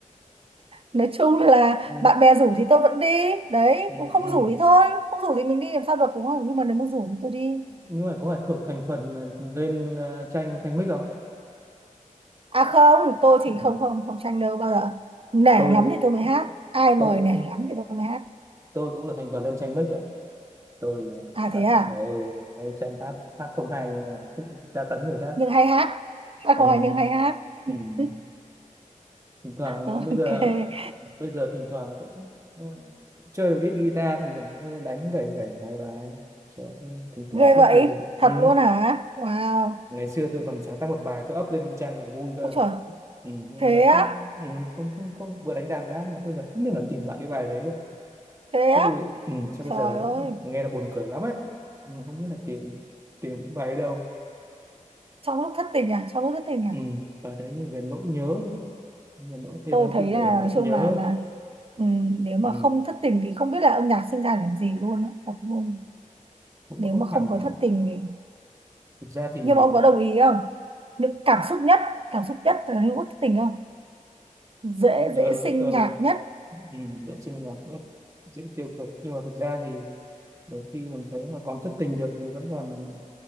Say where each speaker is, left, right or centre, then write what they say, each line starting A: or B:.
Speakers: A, on the right; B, on the right.
A: nói chung là
B: Ừ,
A: bạn bè rủ thì tôi vẫn đi đấy
B: ừ,
A: cũng không
B: ừ.
A: rủ thì thôi không rủ thì mình đi làm sao được đúng không nhưng mà nếu mà rủ thì tôi đi
B: nhưng mà có phải thuộc thành phần lên ờ, tranh tranh mic không
A: à không tôi
B: ừ.
A: thì không không không tranh đâu bao giờ nể
B: tôi
A: lắm thì tôi mới hát ai mời
B: tôi
A: nể lắm thì tôi mới hát
B: tôi cũng là thành phần lên tranh mic tôi
A: à
B: hát
A: thế à
B: hát ơi hay tranh hát hát không hay nhưng mà thích tra tấn người khác
A: nhưng hay hát hát
B: ừ,
A: không hay nhưng hay hát
B: ừ.
A: <laughs>
B: thỉnh thoảng
A: ok
B: bây giờ bây giờ thỉnh thoảng cũng, ừ, cũng chơi được ít guitar thỉnh thoảng tôi đánh gảy gảy vài bài cho tôi thỉnh thoảng
A: ghê
B: giết
A: vậy
B: thời gian
A: thật
B: ừ.
A: luôn hả wow
B: ngày xưa tôi còn sáng tác một bài tôi up lên cái trang nhạc vui cơ
A: Ôi
B: ừ.
A: trời
B: nhưng
A: thế
B: bây giờ
A: á
B: không, ừ, không không không vừa đánh đàn vừa hát mà bây giờ không thể nào tìm lại cái bài đấy được
A: thế
B: chắc
A: á
B: bây, ừ, chắc
A: trời
B: bây giờ
A: ơi
B: nghe là buồn cười lắm ấy nhưng mà không biết là tìm tìm cái bài ở đâu
A: trong lúc thất tình à trong lúc thất tình à
B: ừ, bài đấy như về nỗi nhớ thì phải. về nỗi tên
A: tôi
B: nó
A: thấy
B: tiêu đề
A: là
B: nỗi
A: nói
B: nhớ
A: chung là là ừm, nếu mà
B: ừ,
A: không thất tình thì không biết là âm nhạc sinh ra để làm gì luôn á thật luôn
B: cũng
A: nếu
B: không
A: mà không
B: hẳn
A: có thất tình thì
B: thực ra thì
A: nhưng mà ông
B: ờ,
A: có đồng ý không những cảm xúc nhất cảm xúc nhất là lúc thất tình không dễ
B: ờ,
A: dễ sinh
B: ờ,
A: nhạc nhất
B: ừ, vệ sinh là rất dễ tiêu cực nhưng mà thực ra thì đôi khi mình thấy mà còn thất tình được thì vẫn còn